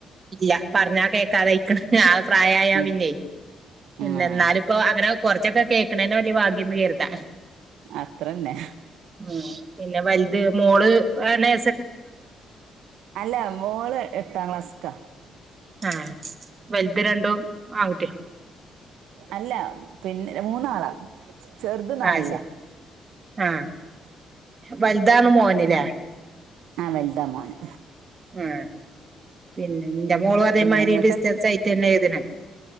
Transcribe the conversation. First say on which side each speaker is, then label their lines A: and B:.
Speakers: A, on the right; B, on the right.
A: ഇല്ല പറഞ്ഞാ കേക്കാതെ അയ്ക്ക്ണ് ആ പ്രായായാ
B: ഉം
A: പിന്നെയ് പിന്നെ
B: ആഹ്
A: ന്നാല്പ്പോ അങ്ങനെ കൊറച്ചൊക്കെ കേൾക്കണേനെ വല്ല്യ ഭാഗ്യംന്ന് കര്താ
B: അത്രന്നെ
A: ഉം പിന്നെ വൽത് മോള് ആനെ
B: അല്ല മോള് എട്ടാം ക്ലാസ്സ്ക്കാ
A: ആ വൽത് രണ്ടും ആൺകുട്ട്യാ
B: അല്ല പിന്നെ മൂന്നാളാ ചെറുത് നാലിലാ
A: ആ ശരി ആ വൽതാണ് മോന്ലെ
B: ആ വൽതാ മോന്
A: ആ പിന്നെ ന്റെ മോളും അതേമാതിരി
B: പിന്നെ ഇങ്ങക്ക്
A: ഡിസ്റ്റസ് ആയിട്ടന്നെ എയ്ത്ണ്